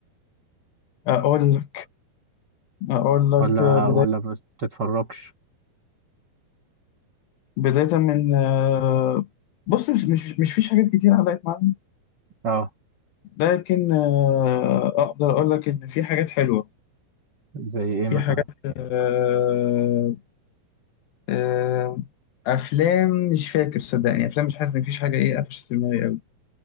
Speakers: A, on the left; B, on the right.
A: أقول لك أقول لك
B: ولا
A: آه، بداية
B: ولا ما بتتفرجش
A: بداية من آه، بص مش مش مش فيش حاجات كتير علقت معايا
B: اه
A: لكن آه، أقدر أقول لك إن في حاجات حلوة
B: زي إيه
A: في
B: مثلا
A: حاجات آه، آه، أفلام مش فاكر صدقني أفلام مش حاسس إن فيش حاجة إيه قفشت في دماغي أوي